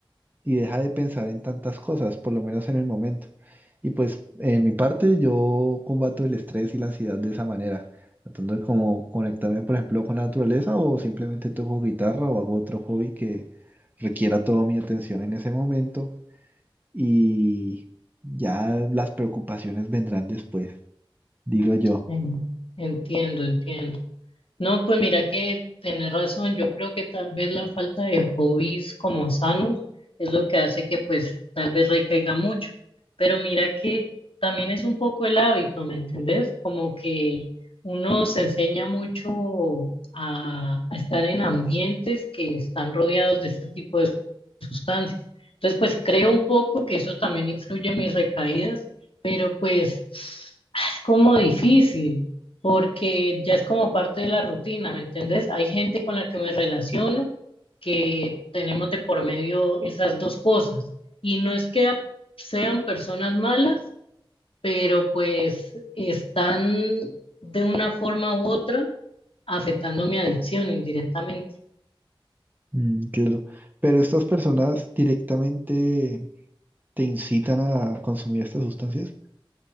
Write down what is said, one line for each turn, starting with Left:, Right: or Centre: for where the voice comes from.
Right: y deja de pensar en tantas cosas, por lo menos en el momento. Y pues en mi parte yo combato el estrés y la ansiedad de esa manera, tratando de como conectarme por ejemplo con la naturaleza o simplemente toco guitarra o hago otro hobby que requiera toda mi atención en ese momento y ya las preocupaciones vendrán después, digo yo.
Left: En- Entiendo, entiendo. No, pues mira que tenés razón. Yo creo que tal vez la falta de hobbies como sanos es lo que hace que pues tal vez recaiga mucho. Pero mira que también es un poco el hábito, ¿me entendés? Como que uno se enseña mucho a, a estar en ambientes que están rodeados de este tipo de sustancias. Entonces, pues creo un poco que eso también influye en mis recaídas, pero pues es como difícil porque ya es como parte de la rutina, ¿me entendés? Hay gente con la que me relaciono que tenemos de por medio esas dos cosas. Y no es que a- sean personas malas, pero pues están de una forma u otra afectando mi adicción indirectamente.
Right: Mm, claro. Pero estas personas directamente te incitan a consumir estas sustancias.